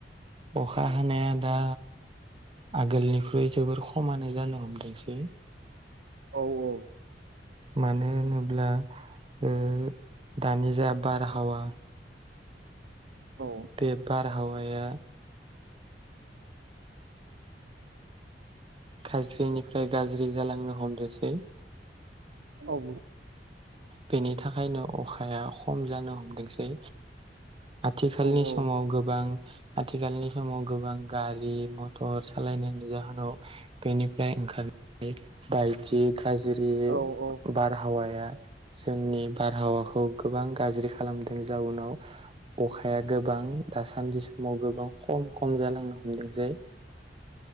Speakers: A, on the right; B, on the right.
A: अखा हानाया दा आगोलनिख्रुइ जोबोर खमानो जानो हमदोंसै।
B: औ -औ।
A: मानो होनोब्ला ओ दानि जा बारहावा
B: औ
A: बे बारहावाया खाज्रिनिफ्राय गाज्रि जालांनो हमदोंसै
B: औ
A: बेनि थाखायनो अखाया खम जानो हमदोंसै आथिखालनि
B: औ
A: समाव गोबां आथिखालनि समाव गोबां गारि - मथर सालायनायनि जाहोनाव बेनिफ्राय ओंखारनाय बायदि गाज्रि
B: औ औ
A: बारहावाया जोंनि बारहावाखौ गोबां गाज्रि खालामदों जाउनाव अखाया गोबां दासान्दि समाव गोबां खम - खम जालांनो हमदोंसै।